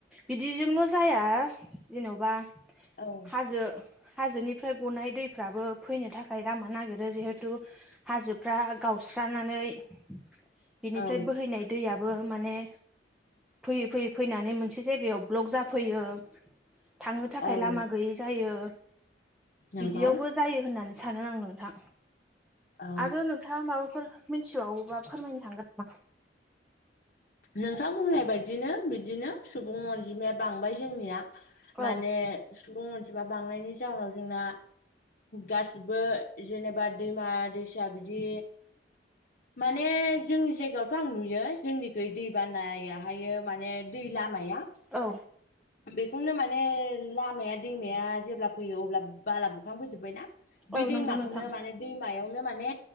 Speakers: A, in the centre; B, on the left.
A: बिदिजोंल' जाया जेन'बा
B: औ
A: हाजो हाजोनिफ्राय गनाय दैफ्राबो फैनो थाखाय लामा नागिरो जिहेथु हाजोफ्रा गावस्रानानै बिनिफ्राय
B: औ
A: बोहैनाय दैयाबो माने फैयै फैयै फैनानै मोनसे जायगायाव ब्ल'क जाफैयो थांनो थाखाय
B: औ
A: लामा गैयि जायो
B: नंगौ
A: बिदियावबो जायो होननानै सानो आं नोंथां
B: औ
A: आरो नोंथाङा माबाफोर मिथिबावोबा फोरमायनो थांगोन नामा
B: नोंथां बुंनाय बादिनो बिदिनो सुबुं अनजिमाया बांबाय जोंनिया
A: औ
B: माने सुबुं अनजिमा बांनायनि जाहोनाव जोंना गासिबो जेनेबा दैमा दैसा बिदि माने जोंनि जायगायावथ' आं नुयो जोंनि गै दै बानायाहायो माने दै लामाया
A: औ
B: बेखौनो माने लामाया दैमाया जेब्ला फैयो अब्ला बाला बुखांफैजोबबायना बे
A: औ
B: दैमाखौनो
A: नंगौ नोंथां
B: माने दैमायावनो माने